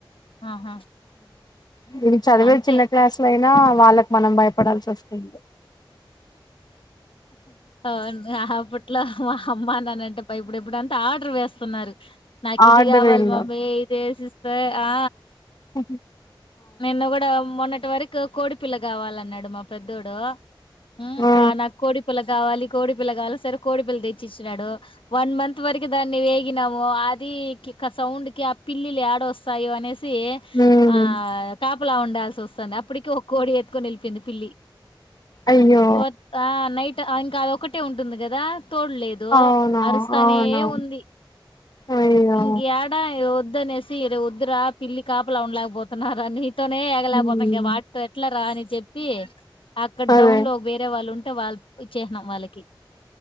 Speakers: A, on the left; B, on the left.
A: ఆహా
B: ఇది చదివే
A: అంతే
B: చిన్న క్లాసుల అయినా వాళ్ళకు మనం భయపడాల్సి వస్తుంది
A: అవున్ అప్పట్లో మా అమ్మా నాన్న అంటే భయపడేప్పుడు ఇప్పుడంతా ఆర్డర్ వేస్తున్నారు నాకు ఇది
B: ఆర్డర్
A: కావాలి
B: ఇల్లు
A: మమ్మీ ఇది వేసి ఇస్తే ఆ
B: ఉ
A: నిన్న కూడా మొన్నటి వరకు కోడి పిల్ల కావాలన్నాడు మా పెద్దోడు మ్మ్
B: ఆ
A: నాకు కోడి పిల్ల కావాలి కోడి పిల్ల కావాలా సరే కోడి పిల్ల తెచ్చినాడు వన్ మంత్ వరకు దాన్ని వేగినాము అది కిక్ సౌండ్ కి ఆ పిల్లిలు ఏడ వస్తాయో అనేసి
B: హ్మ్
A: ఆ ఇలా ఉండాల్సి వస్తుంది అప్పటికే ఒక్క కోడి ఎత్తుకొని ఎల్లిపోయింది పిల్లి
B: అయ్యో
A: వొత్ ఆ నైట్ ఇంకా ఆ ఒక్కటే ఉంటుంది కదా తోడులేదు
B: అవును
A: అరుస్తానే
B: అవును
A: ఉంది
B: అయ్యో
A: ఇంకా యడా ఎవర్ వద్దు అనేసి వద్దురా పిల్లికి కాపల ఉండలేకపోతున్న గానిత్ నితోనే ఎగలేకపోతున్నాం
B: హ్మ్
A: ఇంక వాటితో ఎట్లా రా అని చెప్పి అక్కడ
B: అదే
A: డౌన్ లో వేరే వాళ్ళు ఉంటే వాళ్ళు ఇచ్చేశ్నం వాళ్ళకి